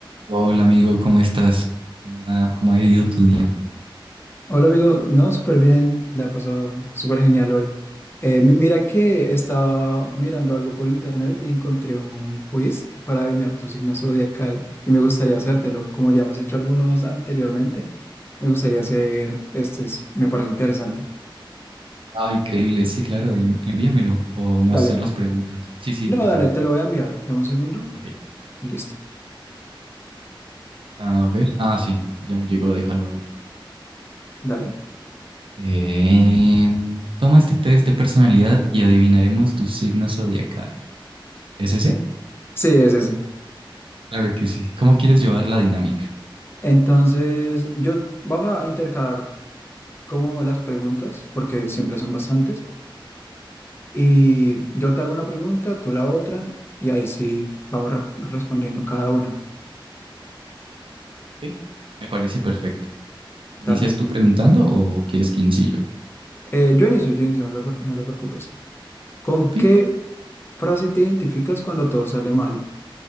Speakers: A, on the right (about 80°); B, on the left (about 25°).
A: Hola amigo, ¿cómo estás? ¿Cómo ha, cómo ha ido tu día?
B: Hola amigo, no, súper bien, la he pasado súper genial hoy. Eh, mi- mira que estaba mirando algo por internet y encontré un quiz para adivinar tu signo zodiacal y me gustaría hacértelo, como ya hemos hecho algunos anteriormente. Me gustaría hacer, este es- me parece interesante.
A: Ah, increíble, sí, claro, en- envíamelo o me
B: Dale,
A: vas a hacer las preguntas. Sí, sí,
B: no,
A: por favor.
B: dale, te lo voy a enviar. Dame un segundo,
A: Ok.
B: listo,
A: A ver, ah, sí, ya me llegó, déjalo, abro.
B: dale.
A: Em, toma este test de personalidad y adivinaremos tu signo zodiacal. ¿Es ese?
B: Sí, es ese.
A: Claro que sí. ¿Cómo quieres llevar la dinámica?
B: Entonces, yo vamos a intercalar como las preguntas, porque siempre son bastantes. Y yo te hago una pregunta, tú la otra, y ahí sí vamos re- respondiendo cada una.
A: Ok, me parece perfecto. ¿Inicias
B: Dale.
A: tú preguntando o quieres que inicie yo?
B: Eh, yo inicio, yo inicio, no te, pre- no te preocupes. ¿Con
A: Ok.
B: qué frase te identificas cuando todo sale mal?